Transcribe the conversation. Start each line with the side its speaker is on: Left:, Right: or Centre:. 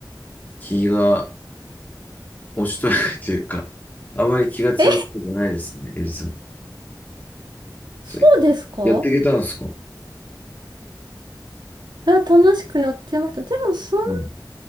Left: 気が押しとやかというか、あまり気が強くないですね、
Right: え、
Left: ゆりさん。
Right: そうですか
Left: それやっていけたんですか
Right: いや楽しくやってました。でもそん
Left: うん。